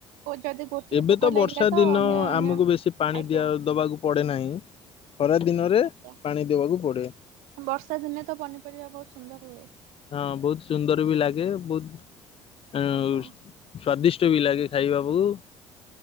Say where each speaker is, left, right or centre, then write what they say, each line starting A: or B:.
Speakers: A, on the right; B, on the left.
A: ଯଦି ଗୋଟିଏ
B: ଏବେ
A: ପୋକ
B: ତ
A: ଲାଗିଲା
B: ବର୍ଷା
A: ତ
B: ଦିନ
A: ଅନ୍ୟ ଅନ୍ୟ
B: ଆମକୁ ବେଶୀ ପାଣି
A: ଆଜ୍ଞା
B: ଦିଆ ଦବାକୁ ପଡେ ନାହିଁ। ଖରା ଦିନରେ
A: ଆଛା
B: ପାଣି ଦେବାକୁ ପଡେ
A: ବର୍ଷା ଦିନେ ତ ପନିପରିବା ବହୁତ ସୁନ୍ଦର ହୁଏ।
B: ହଁ ବହୁତ ସୁନ୍ଦର ବି ଲାଗେ, ବହୁତ
A: ଆଜ୍ଞା
B: ସ୍ଵାଦିଷ୍ଟ ବି ଲାଗେ ଖାଇବାକୁ।